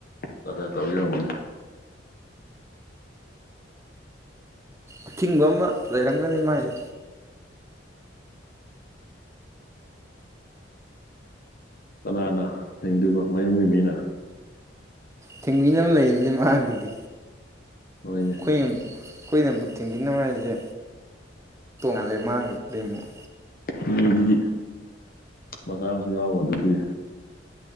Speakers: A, on the left (about 50°); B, on the right (about 15°).
A: ꯀ ꯇ ꯍꯅ
B: ꯑꯊꯤꯡꯕ ꯑꯃ ꯂꯩꯔꯝꯒꯅꯤ ꯃꯥꯏꯁꯦ
A: ꯀꯅꯥꯅ ꯊꯤꯡꯗꯣꯏꯅꯣ ꯃꯌꯨꯝꯒꯤ ꯃꯤꯅ
B: ꯊꯤꯡꯕꯤꯅꯕ ꯂꯩꯔꯗꯤ ꯃꯥꯒꯤꯗꯤ
A: ꯍꯣꯏꯅꯦ
B: ꯈꯨꯨꯝ ꯑꯩꯈꯣꯏꯅꯕꯨꯠ ꯊꯤꯡꯕꯤꯅꯕ ꯍꯥꯏꯁꯦ ꯇꯣꯡꯉꯜꯂꯦ ꯃꯥꯡꯒꯗꯔꯤ ꯑꯃꯨꯛ
A: ꯃꯤꯑꯣꯏꯗꯤ ꯃꯆꯥ ꯑꯃꯁꯁꯨ ꯌꯥꯎꯕ ꯑꯗꯨꯗꯤ